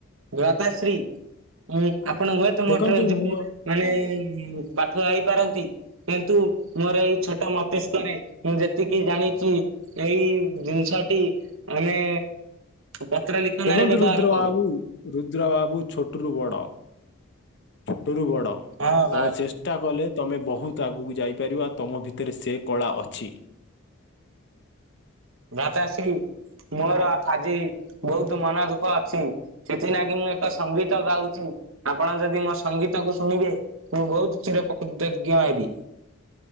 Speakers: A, on the right; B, on the left.
A: ଭାତାଶ୍ରୀ ଉ ଆପଣ ହୁଏତ
B: ଦେଖନ୍ତୁ
A: ମୋଠରୁ
B: ମୁଁ
A: ମାନେ ପାଠୁଆ ହେଇପାରନ୍ତି କିନ୍ତୁ ମୋର ଏଇ ଛୋଟ ମତ ତିଷ୍କ କରେ ମୁଁ ଯେତିକି ଜାଣିଛି ଏଇ ଜିନିଷଟି ଆମେ ପତ୍ର ଲିଖନ
B: ଦେଖନ୍ତୁ
A: ରେ ବ୍ୟବହାର
B: ରୁଦ୍ର ବାବୁ
A: କରୁ।
B: ରୁଦ୍ର ବାବୁ ଛୋଟରୁୁ ବଡ ଛୋଟ ରୁ ବଡ
A: ହଁ
B: ତମେ
A: ଭାଇ।
B: ଚେଷ ଷ୍ଟା କଲେ ତମେ ବହୁତ ଆଗକୁ ଯାଇପାରିବ ଆଉ ତମ ଭିତରେ ସେ କଳା ଅଛି।
A: ଭାତ୍ତାଶ୍ରୀ ମୋର ଆଜି ବହୁତ ମନ ଦୁଃଖ ଅଛି। ସେଥିଲାଗି ମୁଁ ଏକ ସଙ୍ଗୀତ ଗାଉଛି ଆପଣ ଯଦି ମୋ ସଙ୍ଗୀତ କ ଶୁଣିବେ। ମୁଁ ବହୁତ ଚିର ପ୍ରକୃତଜ୍ଞ ହେବି।